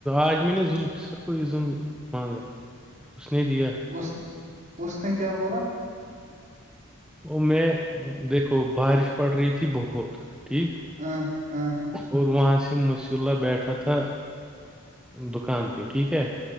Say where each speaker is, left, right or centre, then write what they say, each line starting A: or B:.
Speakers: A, in the centre; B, on the right.
A: آج میں نے ذفی سر کوم مانگا اس نے دیا
B: اس اس نے کیا بولا
A: وہ میں دیکھو بارش پڑ رہی تھی بہت ٹھیک
B: ہاں
A: اور وہاں سے مس اللہ بیٹھا تھا دکان پہ ٹھیک ہے